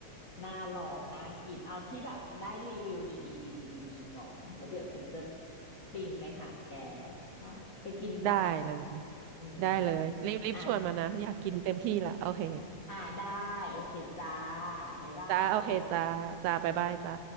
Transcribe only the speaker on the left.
น่าลองน่ากินเอาที่แบบได้รีวิวดีๆดีๆดีๆก่อนแล้วเดี๋ยวฉันจะปิงไปหาแกว่าไปกินกัน
อืม
อ่ะ อ่าได้โอเคจ้าบ๊ายบาย